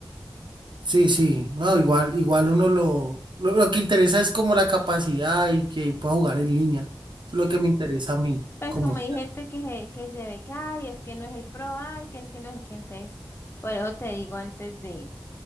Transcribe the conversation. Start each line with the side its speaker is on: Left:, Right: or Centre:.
Right: Sí, sí. No, igual, igual uno lo, lo, lo que interesa es como la capacidad y que pueda jugar en línea. Eso es lo
Left: Sí.
Right: que me interesa a mí,
Left: Pues
Right: como
Left: como hay
Right: tal.
Left: gente que se, que se ve que, ay, es que no es el Pro, ay, que es que no es que entonces, por eso te digo antes de,